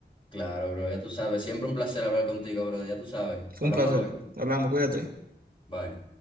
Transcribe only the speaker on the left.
Claro, bro, ya tú sabes. Siempre un placer hablar contigo, bro, ya tú sabes.
Hablamos
luego.
Bye.